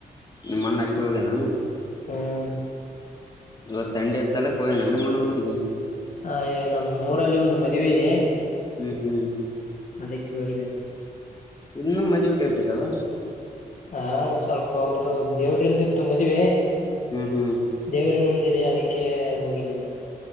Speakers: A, on the left (about 25°); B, on the left (about 55°).
A: ನಿಮಣ್ಣ ಅಷ್ಟು ಹೋಗೇನು ನಾನು
B: ಹ್ಮ್
A: ಇವ ಸಂಡೆದ ಸಲಕಕ್ಕೆ ನನ್ನಮ್ಮ್ಣಊರಿಗೆ
B: ಹ ನಮ್ ಊರಲ್ಲಿ ಒಂದು ಮದುವೆ ಇದೆ
A: ಹ್ಮ್ ಹ್ಮ್
B: ಅದಕ್ಕೆ ಹೋಗಿದ್ದಂತೆ.
A: ಇನ್ನುೂ ಮದ್ವೇ ಡೇಟ್ ಇದಾವ
B: ಹಾ ಸ್ವಲ್ಪ ಅವ್ರದ್ದು ದೇವ್ರಿಂದಿತ್ತು ಮದ್ವೆ
A: ಹ್ಮ್ ಹ್ಮ್
B: ದೇವರು ಮುಂದಿದೆ ಅದಕ್ಕೆ ಹೋಗಿದ್ದೇನೆ